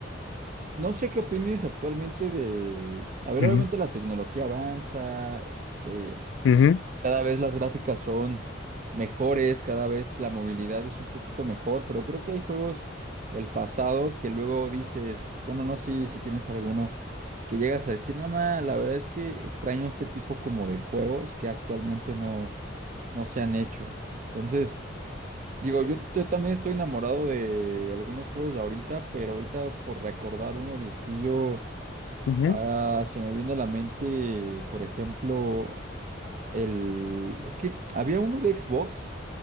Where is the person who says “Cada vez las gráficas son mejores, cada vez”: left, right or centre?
Right